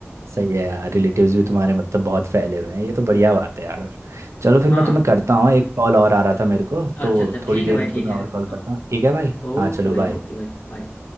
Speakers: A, on the right; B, on the left.
A: सही है यार रिलेटिव्स भी तुम्हारे मतलब बहुत फैले हुए हैं ये तो बढ़िया बात है यार चलो फिर
B: हाँ
A: मैं तुम्हें करता हूँ एक कॉल और आ रहा था मेरे को
B: अच्छा
A: तो
B: अच्छा ठीक
A: थोड़ी देर
B: है भाई
A: में
B: ठीक
A: तुम्हें
B: है
A: और कॉल
B: हाँ
A: करता हूँ ठीक है भाई
B: ओके
A: हाँ चलो
B: भाई
A: बाय
B: ओके भाई बाय